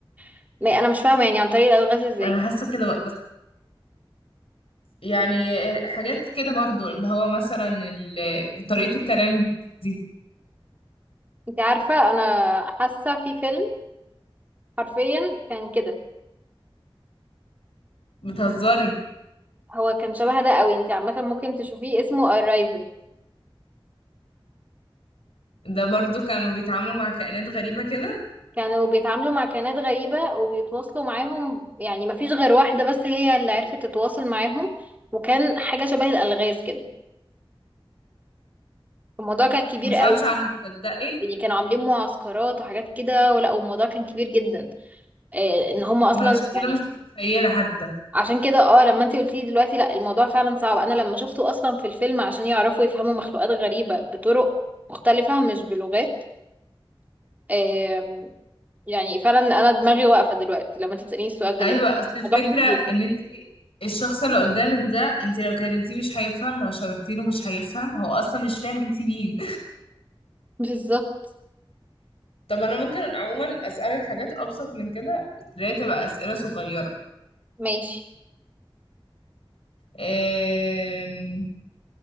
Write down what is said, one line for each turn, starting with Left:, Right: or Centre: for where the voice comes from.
Right: <laughs> ما انا مش فاهمة يعني عن طريق الألغاز ازاي
Left: انا حاسة كده بقى. بس يعني حاجات كده برضو اللي هو مثلا ال... بطريقة الكلام دي
Right: انت عارفة انا حاسة في فيلم حرفيا كان كده
Left: بتهزري
Right: هو كان شبه ده قوي انت عامة ممكن تشوفيه اسمه Arrival
Left: ده برضو كانوا بيتعاملوا مع كائنات غريبة كده
Right: كانوا بيتعاملوا مع كائنات غريبة وبيتواصلوا معاهم يعني مفيش غير واحدة بس هي اللي عرفت تتواصل معاهم وكان حاجة شبه الألغاز كده الموضوع كان كبير
Left: ما سمعتش
Right: قوي
Left: عنه تصدقي
Right: يعني كانوا عاملين معسكرات وحاجات كده ولا والموضوع كان كبير جدا آه، ان هم اصلا
Left: ما انا عشان كده
Right: يعني
Left: مش متخيلة حتى
Right: عشان كده اه لما انت قلتي دلوقتي لا الموضوع فعلا صعب انا لما شفته اصلا في الفيلم عشان يعرفوا يفهموا مخلوقات غريبة بطرق مختلفة مش بلغات آم، يعني فعلا انا دماغي واقفة دلوقتي لما انت تسأليني السؤال ده
Left: ايوه
Right: لان
Left: اصل الفكرة
Right: الموضوع كان كبير
Left: ان انت الشخص اللي قدامك ده انت لو كلمتيه مش هيفهم لو شاورتيله مش هيفهم هو اصلا مش فاهم انت مين
Right: <laughs> بالظبط
Left: طب انا ممكن عموما اسالك حاجات ابسط من كده بس اللي هي تبقى اسئله صغيره
Right: ماشي
Left: أم...